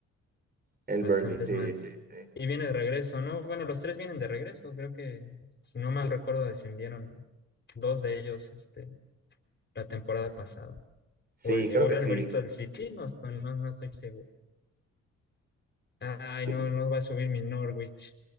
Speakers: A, on the right; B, on the left.
A: El
B: bastantes
A: Burnley, sí,
B: más.
A: sí, sí.
B: Y viene de regreso, ¿no? Bueno, los tres vienen de regreso, creo que, si no mal recuerdo, descendieron dos de ellos este, la temporada pasada.
A: Sí,
B: O, es- o
A: creo
B: era
A: que sí.
B: el Bristol City, no estoy, no, no estoy seguro. Ay,
A: Sí,
B: no, no va a subir mi Norwich.